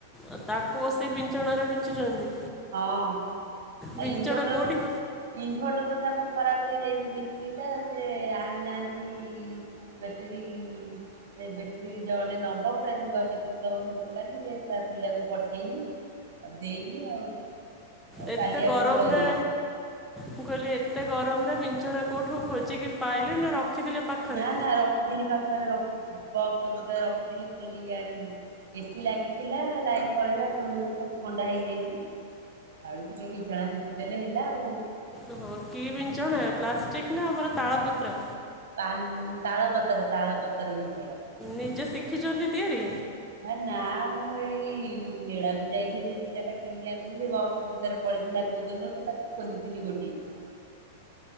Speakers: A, in the centre; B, on the right.
A: ଆଉ ତାକୁ ବସି ବିଞ୍ଚଣାରେ ବିଞ୍ଚୁଛନ୍ତି?
B: ହଁ, ଆ
A: ବିଞ୍ଚଣା
B: ଇନଭଟର୍
A: କେଉଁଠି
B: ଟା ଇନଭଟର୍ ଟା ବା ଖରାପ ହେଇଯାଇଚି ବେଟେରୀ ଟା ସେ ଆଣିନାହାନ୍ତି। ବେଟେରି ଏ ବେଟ୍ରି ଜଣେ ନବ। ଫେର୍ ନୂଆ ବେଟେ ଦବ ସେ ଦୋକାନୀ ଯେ ତା ପିଲାକୁ ପଠେଇନି। ଆଉ ଦେଇନି ଆଉ। ଏ
A: ଏତେ
B: କାଲି
A: ଗରମରେ,
B: ଆଡକୁ କହିବି
A: ମୁଁ କହିଲି ଏତେ ଗରମରେ ବିଞ୍ଚଣା କୋଉଠୁ ଖୋଜିକି ପାଇଲେ ନା ରଖିଥିଲେ ପାଖରେ?
B: ନା ନା ରଖିଥିଲି ପାଖରେ ରଖିଛି। ବକ୍ସ ଭିତରେ ରଖିଥିଲି ଖୋଲିକି ଆଣିଲି। ଏସିି ଲାଗିଥିଲା ଲାଇନ୍ ପଳେଇଲା ରୁମ୍ ସବୁ ଥଣ୍ଡା ହେଇଯାଇଚି। ଆଉ ଟିକିଏ ବିଞ୍ଚଣା ବିଞ୍ଚି ଦେଲେ ହେଲା ଆଉ।
A: ଓହୋ, କି ବିଞ୍ଚଣା ପ୍ଲାଷ୍ଟିକ୍ ନା ଆମର ତାଳ ପତ୍ର?
B: ତାନ୍, ତାଳ ପତ୍ର ତାଳପତ୍ର ବିଞ୍ଚଣା।
A: ନିଜେ ଶିଖିଛନ୍ତି ତିଆରି?
B: ହେ ନା, ମୁଁ ଏଇ ମେଳାକୁ ଯାଇଥିଲି ଦି ଚାରଟା କିଣିକି ଆଣିଥିଲି। ସେ ବକ୍ସ ଭିତରେ ପଡିଥିଲା କୋଉ ଦିନରୁ ତାକୁ ଖୋଲିଥିଲି ଗୋଟିଏ।